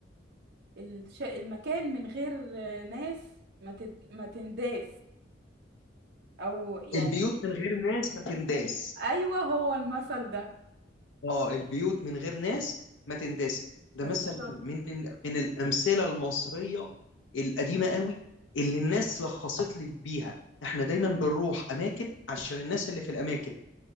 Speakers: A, on the right (about 60°); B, on the left (about 80°).
A: ال الش- المكان من غير ناس ما تد- ما تنداس او يعني
B: البيوت من غير ناس ما تنداس
A: ايوه هو المثل ده
B: اه البيوت من غير ناس ما تنداس ده
A: بالظبط
B: مثل من من الامثله المصريه القديمه قوي اللي الناس لخصت لك بيها احنا دايما بنروح اماكن علشان الناس اللي في الاماكن